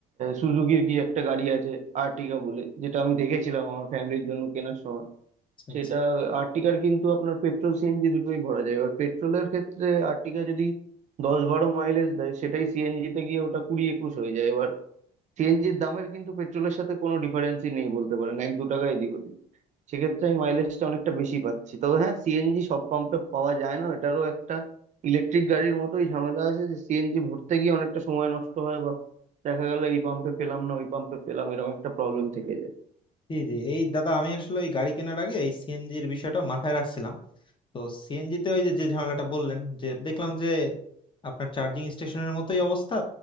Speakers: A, on the right (about 45°); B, on the left (about 30°).
A: সুজুকির কি একটা গাড়ি আছে আর্টিগা বলে যেটা আমি দেখেছিলাম আমার ফ্যামিলির জন্য কেনার সময়
B: আচ্ছা
A: সেটা
B: আচ্ছা
A: আর্টিকার কিন্তু আপনার পেট্রোল সিএনজি দুটোই ভরা যায় এবার পেট্রোলের ক্ষেত্রে আর্টিকা যদি দশ বারো মাইলেজ দেয় সেটাই সিএনজি তে গিয়ে ওটা কুড়ি একুশ হয়ে যায় এবার সিএনজির দামের কিন্তু পেট্রোলের সাথে কোনো ডিফারেন্সই নেই বলতে পারেন এক দু টাকা এদিক ওদিক সেক্ষেত্রে আমি মাইলেজটা অনেকটা বেশি পাচ্ছি তবে হ্যাঁ সিএনজি সব পাম্পে পাওয়া যায় না এটারও একটা ইলেকট্রিক গাড়ির মতোই ঝামেলা আছে যে সিএনজি ভরতে গিয়ে অনেকটা সময় নষ্ট হয় বা দেখা গেল এই পাম্পে পেলাম না ওই পাম্পে পেলাম এরকম একটা প্রবলেম থেকে যায়
B: জি জি এই দাদা আমি আসলে ওই গাড়ি কেনার আগে এই সিএনজির বিষয়টা মাথায় রাখছিলাম তো সিএনজিতে ওই যে যে ঝামেলাটা বললেন যে দেখলাম যে আপনার চার্জিং স্টেশনের মতোই অবস্থা